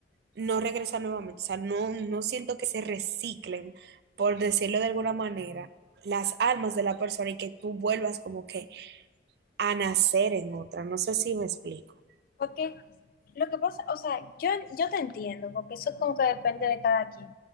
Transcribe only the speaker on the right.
no regresa nuevamente. O sea, no, no siento que se reciclen, por decirlo de alguna manera, las almas de la persona y que tú vuelvas como que a nacer en otra. No sé si me explico.